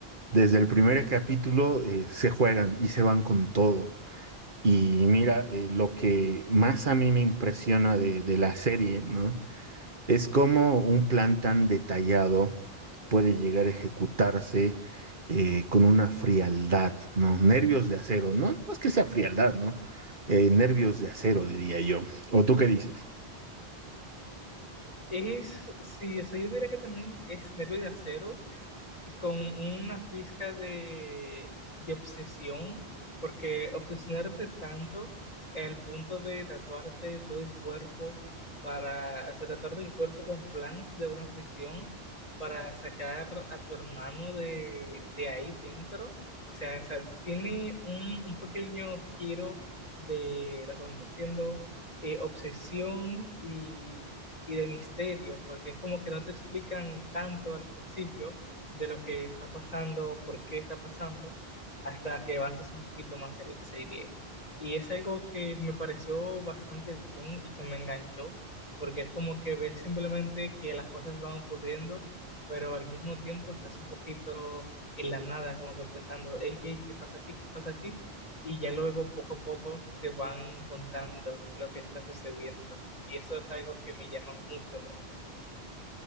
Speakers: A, on the right; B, on the left.
A: desde el primer capítulo eh, se juegan y se van con todo. Y mira, eh, lo que más a mí me impresiona de, de la serie, ¿no? Es como un plan tan detallado puede llegar a ejecutarse eh, con una frialdad, ¿no? Nervios de acero, ¿no? No es que sea frialdad, ¿no? Eh, nervios de acero, diría yo. ¿O tú qué dices?
B: Es, sí, o sea, yo diría que también es Nervio de Acero, y con una pizca de, de obsesión, porque obsesionarte tanto al punto de tatuarte todo el cuerpo para, o sea, tatuarte el cuerpo con planos de una prisión para sacar a tu hermano de, de ahí dentro. O sea, o sea, tiene un, un pequeño giro de lo que van haciendo eh, obsesión y, y de misterio, porque es como que no te explican tanto al principio de lo que está pasando, por qué está pasando, hasta que avances un poquito más en la serie. Y es algo que me pareció bastante bien y que me enganchó, porque es como que ves simplemente que las cosas van ocurriendo, pero al mismo tiempo estás un poquito en la nada, como que pensando, hey, ¿qué pasa aquí? ¿Qué pasa aquí? Y ya luego poco a poco te van contando lo que está sucediendo. Y eso es algo que me llama mucho, mucho.